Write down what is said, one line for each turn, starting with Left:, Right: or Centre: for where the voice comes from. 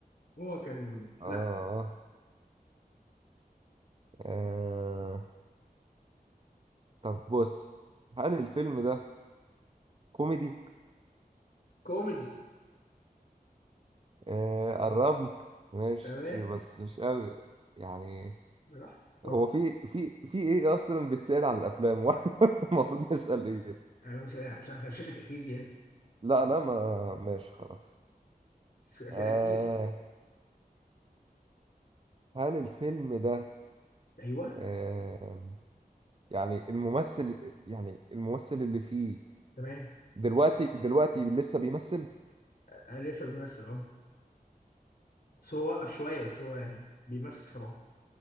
Left: هو كان
Right: آه
Left: لا
Right: آه آه. طب بص هل الفيلم ده كوميدي
Left: كوميدي
Right: آه قربنا ماشي
Left: تمام
Right: بس مش قوي يعني
Left: براحتك اتفضل
Right: هو في في في ايه اصلا بيتسأل عن الافلام <laughs> واحنا المفروض نسأل ايه
Left: يعني انا مش ه- مش هغششك اكيد يعني
Right: لا لا ما ماشي خلاص
Left: بس في اسئله
Right: آه
Left: كتير
Right: هل الفيلم ده
Left: ايوه
Right: آه يعني الممثل يعني الممثل اللي فيه
Left: تمام
Right: دلوقتي دلوقتي لسه بيمثل
Left: أنا لسه بيمثل اه بس هو وقف شويه بس هو يعني بيمثل طبعا